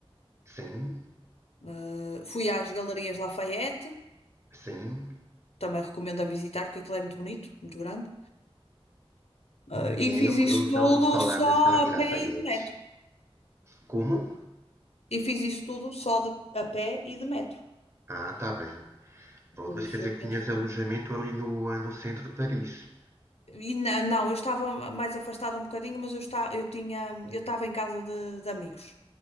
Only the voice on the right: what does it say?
sim,
sim.
É,
eu,
eu
já ouvi falar
nas Galeries
Lafayette.
Como?
Ah, tá bem. Pronto,
mas
quer dizer
que
tinhas alojamento
ali no, ah, no centro de Paris.